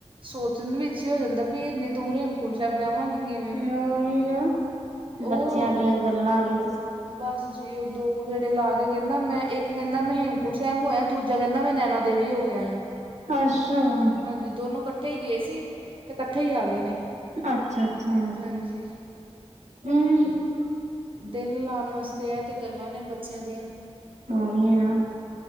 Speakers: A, on the right; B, on the right.
A: ਸੋਚਣ ਵਿੱਚ ਹੀ ਹੋ ਜਾਂਦਾ ਬੀ ਏਨੀ ਦੂਰ ਹੇਮਕੁੰਟ ਸਾਹਿਬ ਜਾਵਾਂਗੇ ਕਿਵੇਂ?
B: ਓ ਹੀ ਨਾ,
A: ਉਹ
B: ਬੱਚਿਆਂ ਦੀਆਂ ਗੱਲਾਂ ਨੇ।
A: ਬਸ ਜੀ ਉਹ ਦੋ ਗੇੜੇ ਲਾ ਕੇ ਕਹਿੰਦਾ ਮੈਂ ਇੱਕ ਕਹਿੰਦਾ ਮੈਂ ਹੇਮਕੁਟ ਸਾਹਿਬ ਹੋਇਆ, ਦੂਜਾ ਕਹਿੰਦਾ ਮੈਂ ਨੈਨਾ ਦੇਵੀ ਹੋ ਕੇ ਆਇਆ।
B: ਅੱਛਾ
A: ਹਾਂਜੀ, ਦੋਨੋ ਕੱਠੇ ਹੀ ਗਏ ਸੀ ਤੇ ਕੱਠੇ ਹੀ ਆ ਗਏ ਨੇ।
B: ਅੱਛਾ, ਅੱਛਾ।
A: ਹਾਂਜੀ
B: ਹੂ, ਹੂ
A: ਦਿਲ ਲਾਣ ਵਾਸਤੇ ਐ ਤੇ ਗੱਲਾਂ ਨੇ ਬੱਚਿਆਂ ਦੀਆਂ।
B: ਉਹੀ ਨਾ,